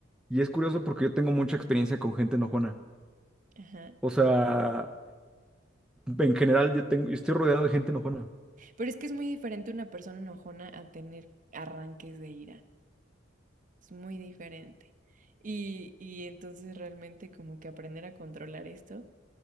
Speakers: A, in the centre; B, on the right.
A: y es curioso porque yo tengo mucha experiencia con gente enojona.
B: Ajá.
A: O sea, En general, yo tengo, yo estoy rodeado de gente enojona.
B: Pero es que es muy diferente una persona enojona a tener arranques de ira. Es muy diferente. Y, y entonces realmente como que aprender a controlar esto